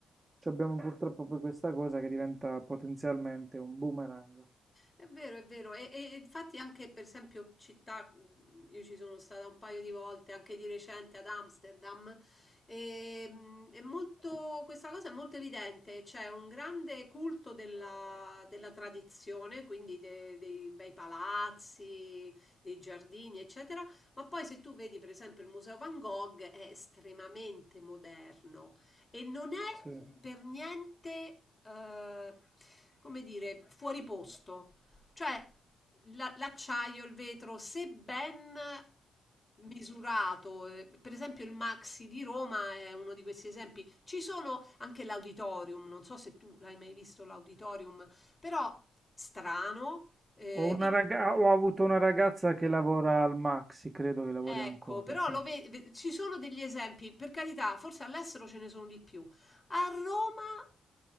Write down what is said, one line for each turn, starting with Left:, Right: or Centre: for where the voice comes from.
Right: ci abbiamo purtroppo poi questa cosa che diventa potenzialmente un boomerang.
Left: È vero, è vero, e, e- e infatti anche per esempio città, mh, io ci sono stata un paio di volte, anche di recente ad Amsterdam, e, mh, è molto, questa cosa è molto evidente, c'è un grande culto della, della tradizione, quindi de- dei bei palazzi, dei giardini, eccetera, ma poi se tu vedi per esempio il Museo Van Gogh è estremamente moderno e non è
Right: Sì.
Left: Sì. per niente, eh, come dire, fuori posto. Cioè, la- l'acciaio, il vetro, se ben misurato, eh, per esempio il Maxi di Roma è uno di questi esempi. Ci sono anche l'auditorium, non so se tu l'hai mai visto l'auditorium, però strano. eh,
Right: Ho una
Left: il-
Right: raga- ho avuto una ragazza che lavora al Maxi, credo che lavori
Left: Ecco,
Right: ancora,
Left: però
Right: sì.
Left: lo ve- ve- ci sono degli esempi, per carità, forse all'estero ce ne sono di più. A Roma